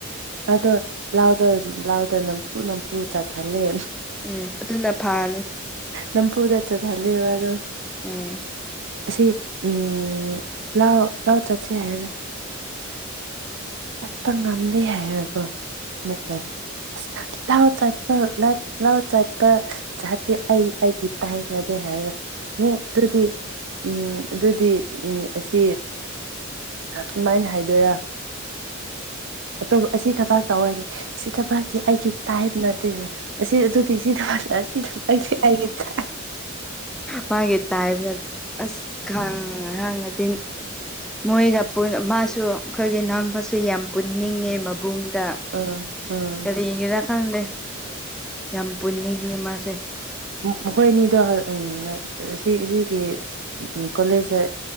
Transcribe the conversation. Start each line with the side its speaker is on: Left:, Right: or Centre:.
Right: ꯑꯗꯣ ꯂꯥꯎꯗ ꯂꯥꯎꯗ ꯅꯝꯐꯨ ꯅꯝꯕꯨꯨ ꯆꯠꯍꯜꯂꯦ
Centre: ꯎꯝ ꯑꯗꯨꯅ ꯐꯥꯅꯤ
Right: ꯅꯝ ꯄꯨꯗ ꯆꯠꯍꯜꯂꯤꯕ ꯑꯗꯨ
Centre: ꯎꯝ
Right: ꯑꯁꯤ ꯎꯝ ꯂꯥꯎ ꯂꯥꯎ ꯆꯠꯁꯦ ꯍꯥꯏꯔꯒ ꯇꯝ ꯉꯝꯗꯤ ꯍꯥꯏꯀꯣ ꯃ ꯀꯥꯏ ꯑ ꯂꯥꯎ ꯆꯠꯄ ꯂꯥꯎ ꯆꯠꯄ ꯖꯇꯤ ꯑꯩ ꯑꯩꯒꯤ ꯇꯥꯏꯝ ꯍꯥꯏꯒ ꯎ ꯑꯗꯨꯗꯤ ꯎꯝ ꯑꯗꯨꯗꯤ ꯎꯝ ꯑꯁꯤ ꯀꯃꯥꯏꯅ ꯍꯥꯏꯗꯣꯏꯔꯥ ꯇꯣꯞ ꯑꯁꯤ ꯊꯕꯥꯛ ꯇꯧꯋꯔꯦ ꯁꯤ ꯊꯕꯥꯛꯇꯤ ꯑꯩꯒꯤ ꯇꯥꯏꯞ ꯅꯠꯇꯦꯗꯅ ꯑꯁꯤ ꯑꯗꯨꯗꯤ ꯁꯤ ꯊ ꯂꯁꯤꯁꯨ ꯄꯥꯏ ꯍꯥꯏꯠꯇ <unintelligible>
Centre: ꯃꯥꯒꯤꯦ ꯇꯥꯏꯕ ꯑꯁ ꯈꯪ ꯍꯉ <unintelligible> ꯃꯣꯏꯒ ꯃꯥꯁꯨ ꯑꯩꯈꯣꯏꯒꯤ ꯅꯅꯥꯎꯕꯁꯨ ꯌꯥꯝ ꯄꯨꯟꯅꯤꯡꯉꯦ ꯃꯕꯨꯡ ꯇ
Right: ꯎꯝ ꯎꯝ
Centre: ꯀꯔꯤꯒꯤꯔ ꯑꯗꯦ ꯌꯥꯝ ꯄꯨꯟꯅꯤꯉꯦ ꯃꯥꯁꯦ
Right: ꯃꯈꯣꯏ ꯑꯅꯤꯗꯣ ꯎ ꯁꯤ ꯁꯤꯒꯤ ꯀꯣꯂꯦꯖꯇ